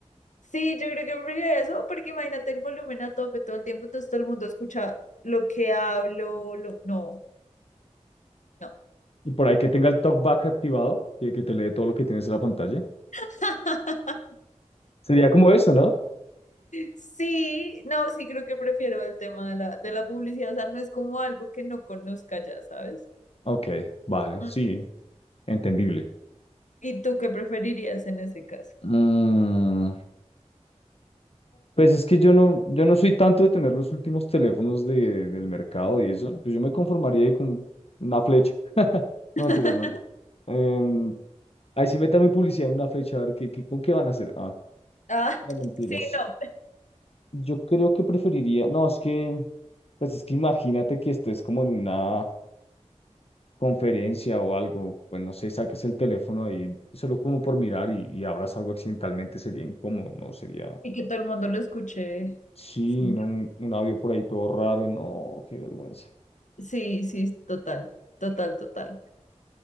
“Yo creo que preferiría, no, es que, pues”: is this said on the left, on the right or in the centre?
Left